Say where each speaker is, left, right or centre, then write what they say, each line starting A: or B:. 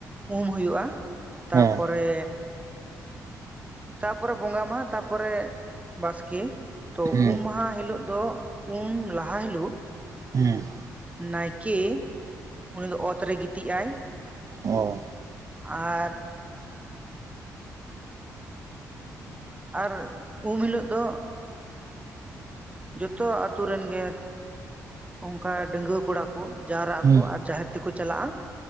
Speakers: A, on the right (about 15°); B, on the right (about 40°).
A: ᱩᱢ ᱦᱩᱭᱩᱜᱼᱟ ᱛᱟᱯᱚᱨᱮ
B: ᱦᱮᱸ
A: ᱛᱟᱯᱚᱨᱮ ᱵᱚᱸᱜᱟ ᱢᱟᱦᱟ ᱛᱟᱯᱚᱨᱮ ᱵᱟᱥᱠᱮ ᱛᱚ
B: ᱦᱩᱸ
A: ᱩᱢ ᱢᱟᱦᱟ ᱦᱤᱞᱚᱜ ᱫᱚ ᱩᱢ ᱞᱟᱦᱟ ᱦᱤᱞᱳᱜ
B: ᱦᱩᱸ
A: ᱱᱟᱭᱠᱮ ᱩᱱᱤ ᱫᱚ ᱚᱛ ᱨᱮᱭ ᱜᱤᱛᱤᱡ ᱟᱭ ᱾
B: ᱚᱦ <unintelligible>
A: ᱟᱨ᱾ ᱟᱨ ᱩᱢ ᱦᱤᱞᱳᱜ ᱫᱚ ᱡᱚᱛᱚᱣᱟᱜ ᱟᱹᱛᱳ ᱨᱮᱱ ᱜᱮ᱾ ᱚᱱᱠᱟ ᱰᱟᱸᱜᱩᱣᱟᱹ ᱠᱚᱲᱟ ᱠᱚ ᱡᱟᱣᱨᱟᱜ
B: ᱦᱩᱸ
A: ᱟᱠᱚ ᱟᱨ ᱡᱟᱦᱮᱨ ᱛᱮᱠᱚ ᱪᱟᱞᱟᱜᱼᱟ